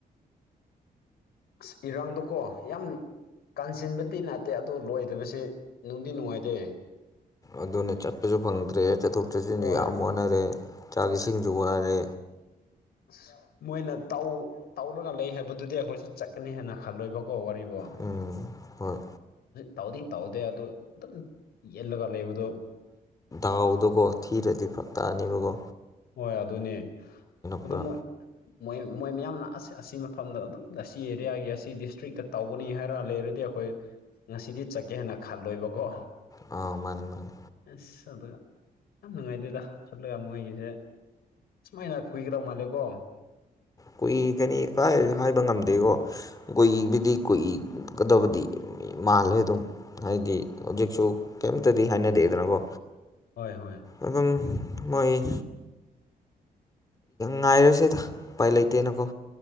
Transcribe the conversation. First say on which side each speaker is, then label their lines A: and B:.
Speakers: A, on the left; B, on the left.
A: ꯑꯁ ꯏꯔꯥꯡꯗꯣꯀꯣ ꯌꯥꯝ ꯀꯥꯟꯁꯤꯟꯕꯗꯤ ꯠꯇꯦ ꯑꯗꯣ ꯂꯣꯏꯗꯕꯕꯁꯤ ꯅꯨꯡꯗꯤ ꯅꯨꯡꯉꯥꯏꯇꯦ
B: ꯑꯗꯨꯅ ꯆꯠꯄꯁꯨ ꯐꯪꯗ꯭ꯔꯦ ꯆꯠꯊꯣꯛ ꯆꯠꯁꯤꯟꯁꯨ
A: ꯍꯣꯏ
B: ꯌꯥꯝ ꯋꯥꯅꯔꯦ ꯆꯥꯛ ꯏꯁꯤꯡꯁꯨ ꯋꯥꯔꯦ
A: ꯑ ꯃꯣꯏꯅ ꯇꯧ ꯇꯧꯔꯒ ꯂꯩ ꯍꯥꯏꯕꯗꯨꯗꯤ ꯑꯩꯈꯣꯏꯁꯨ ꯆꯠꯀꯅꯤ ꯍꯥꯏꯅ ꯈꯜꯂꯣꯏꯕꯀꯣ ꯋꯥꯔꯤꯕꯣ
B: ꯎꯝ ꯍꯣꯏ
A: ꯇꯥꯎꯗꯤ ꯇꯧꯗꯦ ꯑꯗꯨꯗꯣ ꯑꯗꯨꯝ ꯌꯦꯜꯂꯒ ꯂꯩꯕꯗꯣ
B: ꯊꯥꯎꯗꯣꯀꯣ ꯊꯤꯔꯗꯤ ꯐꯛ ꯇꯛꯑꯅꯤꯕꯀꯣ
A: ꯍꯣꯏ ꯑꯗꯨꯅꯦ ꯑꯗꯨ
B: ꯄꯨꯔꯥ
A: ꯃꯣꯏ ꯃꯣꯏ ꯃꯣꯏ ꯃꯌꯥꯝꯅ ꯑꯁ ꯑꯁꯤ ꯃꯐꯝꯗ ꯑꯗꯨꯝ ꯑꯁꯤ ꯑꯦꯔꯤꯌꯥꯒꯤ ꯑꯁꯤ ꯗꯤꯁꯇ꯭ꯔꯤꯛꯇ ꯇꯧꯕꯅꯤ ꯍꯥꯏꯔꯒ ꯂꯩꯔ ꯗꯤ ꯑꯩꯈꯣꯏ ꯉꯁꯤꯗꯤ ꯆꯠꯀꯦ ꯍꯥꯏꯅ ꯈꯜꯂꯣꯏꯕꯀꯣ
B: ꯑ ꯃꯥꯅꯤ ꯃꯥꯅꯤ
A: ꯑꯁ ꯑꯗ ꯌꯥꯝ ꯅꯨꯡꯉꯥꯏꯗꯦꯗ ꯆꯠꯂꯒꯨ ꯑꯩꯒꯤꯁꯦ ꯁꯨꯃꯥꯏꯅ ꯀꯨꯏꯈ꯭ꯔꯧ ꯃꯥꯜꯂꯦꯀꯣ
B: ꯀꯨꯏꯒꯅꯤ ꯀꯥꯏ ꯍꯥꯏꯕ ꯉꯝꯗꯦꯀꯣ ꯀꯣꯏ ꯏꯕꯤꯗꯤ ꯀꯣꯏ ꯏꯒꯗꯕꯗꯤ ꯃꯥꯜꯂꯦ ꯑꯗꯨꯝ ꯍꯥꯏꯗꯤ ꯍꯧꯖꯤꯛꯁꯨ ꯀꯩꯝꯇꯗꯤ ꯍꯥꯏꯅꯗꯦꯗꯅꯀꯣ
A: ꯍꯣꯏ ꯍꯣꯏ
B: ꯑꯗꯨꯝ ꯃꯥꯏ ꯉꯥꯏꯔꯣꯏꯁꯦꯗ ꯎꯄꯥꯏ ꯂꯩꯇꯦꯅꯀꯣ